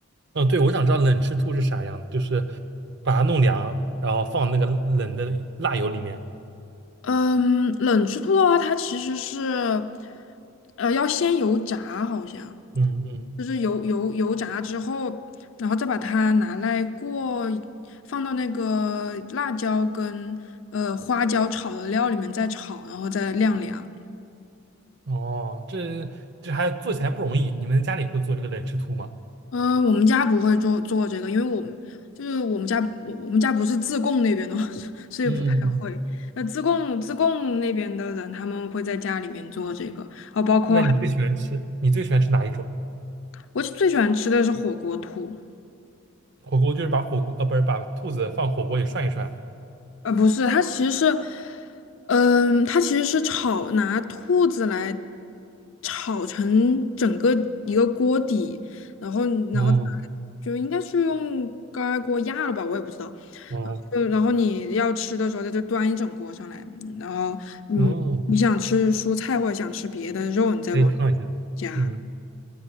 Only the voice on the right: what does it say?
嗯，对，我想知道冷吃兔是啥样，就是把它弄凉，然后放那个冷的辣油里面。
嗯嗯，
哦，这这还做起来不容易。你们家里会做这个冷吃兔吗？
嗯，嗯
那你最喜欢吃你最喜欢吃哪一种？
火锅就是把火锅呃不是把兔子放火锅里涮一涮。
哦
哦，
哦，
可以烫一下，
嗯，